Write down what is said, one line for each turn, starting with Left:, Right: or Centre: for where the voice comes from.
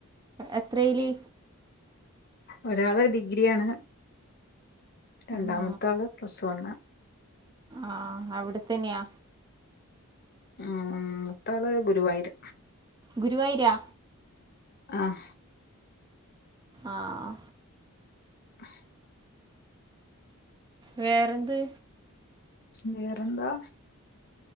Right: എത്രേല്
Left: ഒരാള് ഡിഗ്രിയാണ് രണ്ടാമത്തെ
Right: ആ
Left: ആള് പ്ലസ് വൺ -
Right: ആ അവിടെത്തന്ന്യാ
Left: ഉം മൂത്താള് ഗുരുവായൂര്
Right: ഗുരുവായൂരാ
Left: ആഹ
Right: ആഹ
Left: ആ
Right: വേറെന്ത്
Left: വേറെന്താ